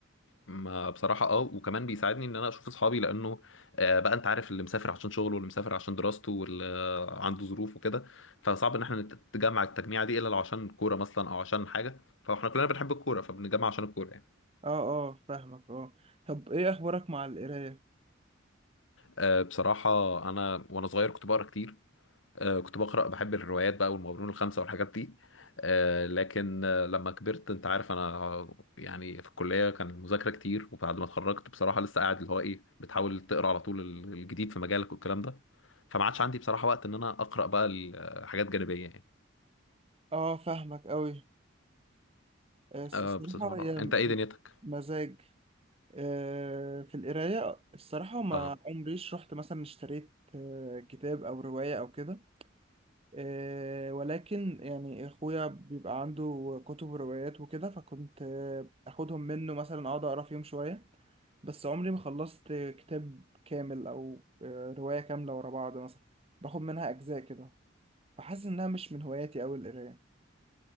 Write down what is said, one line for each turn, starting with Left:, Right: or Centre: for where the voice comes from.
Left: ما بصراحة اه وكمان بيساعدني ان انا اشوف اصحابي لانه آه، بقى انت عارف اللي مسافر عشان شغله واللي مسافر عشان دراسته واللي آه، عنده ظروف وكده فصعب ان احنا نتجمع التجميعة دي الا لو عشان كورة مثلا او عشان حاجة فاحنا كلنا بنحب الكورة فبنتجمع عشان الكورة يعني
Right: اه اه فاهمك اه طب ايه اخبارك مع القرايه
Left: آه، بصراحة انا وانا صغير كنت بقرا كتير آه، كنت بقرأ بحب الروايات بقى والمغامرون الخمسة والحاجات دي آه، لكن آه، لما كبرت انت عارف انا يعني في الكلية كان مذاكرة كتير وبعد ما اتخرجت بصراحة لسه قاعد اللي هو ايه بتحاول تقرأ على طول ال- الجديد في مجالك والكلام ده فما عادش عندي بصراحة وقت ان انا أقرأ بقى ال- حاجات جانبية يعني
Right: اه فاهمك قوي الصراحه
Left: أه بصراحة
Right: هي م-
Left: انت ايه دنيتك؟
Right: مزاج آه، في القرايه الصراحه ما
Left: اه
Right: عمريش رحت مثلا اشتريت آه، كتاب او روايه او كده آه، ولكن يعني اخويا بيبقى عنده كتب وروايات وكده فكنت آه، اخدهم منه مثلا اقعد اقرا فيهم شويه بس عمري ما خلصت كتاب كامل او آه، روايه كامله ورا بعض مثلا باخد منها اجزاء كده فحاسس انها مش من هواياتي اوي القرايه